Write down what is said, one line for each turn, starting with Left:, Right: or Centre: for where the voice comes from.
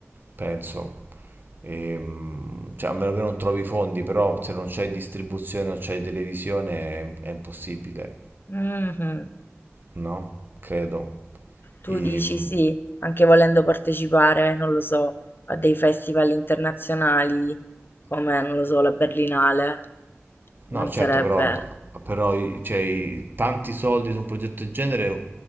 Right: penso. Ehm, cioè, a meno che non trovi i fondi, però se non c'è distribuzione o c'è televisione è, è impossibile,
Left: mhm.
Right: no? Credo.
Left: Tu
Right: Ehm,
Left: dici sì, anche volendo partecipare, non lo so, a dei festival internazionali come, non lo so, la Berlinale,
Right: no,
Left: non
Right: certo,
Left: sarebbe...
Right: però, però i- cioè, i- tanti soldi su un progetto del genere